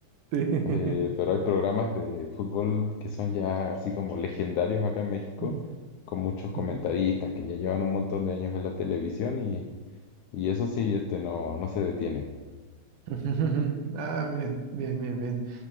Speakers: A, on the right (about 80°); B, on the left (about 80°).
A: Sí.
B: Eh, pero hay programas de fútbol que son ya así como legendarios acá en México,
A: Ujú,
B: con muchos comentaristas
A: ujú.
B: que ya llevan un montón de años en la televisión y, y eso sí, este, no, no se detiene.
A: <laughs> Ah, bien, bien, bien, bien.